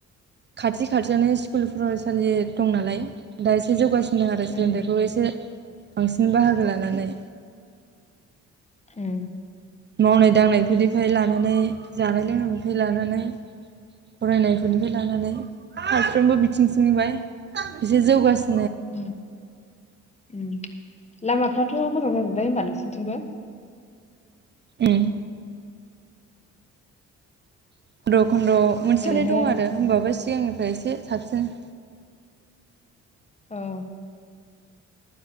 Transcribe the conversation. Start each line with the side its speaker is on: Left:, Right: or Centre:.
Right: खाथि खाथियावनो स्कुल फरायसा लि दं नालाय दा एसे जौगासि नाथाय
Left: उम
Right: सोलोंथाइखौ एसे बांसिन बि बाहागो लानानै।
Left: उम
Right: मावनाय दांनायफोरनिफ्राय लानानै जानाय लोंनायनिफ्राय लानानै फरायनायफोरनिफ्राय लानानै साफ्रोमबो बिथिं निबाय बिसोर जौगासि
Left: उम उम। लामाफ्राथ मोजां जाजोब्बाय होमबा नोंसोरनिथिंबो?
Right: उम <unintelligible> खन्द मोनसे
Left: ओरैनो
Right: मोननै दं आरो होनोमबाबो सिगां एसे साबसिन।
Left: औ।